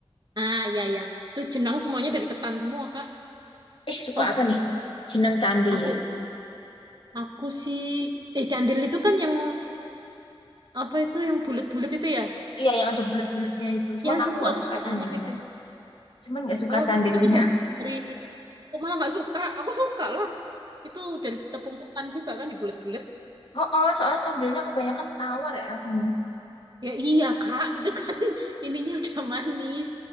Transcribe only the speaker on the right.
ah iya ya. Itu jenang semuanya dari ketan semua, Kak.
Oh,
aku
Aku sih, eh candil itu kan yang apa itu yang bulat-bulat itu ya?
Ya, aku
aku
suka
banget itu.
Oh,
itu kan
dari kok malah nggak suka. Aku suka lah. Itu dari tepung ketan juga kan dibulet-bulet.
Ya iya kak, itu kan <laughs> ininya udah manis.